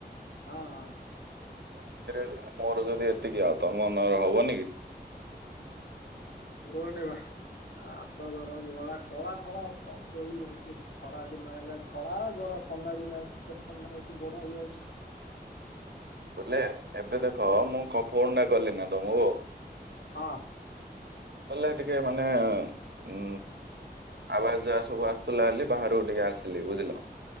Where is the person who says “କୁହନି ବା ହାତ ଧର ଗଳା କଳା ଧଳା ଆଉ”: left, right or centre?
Left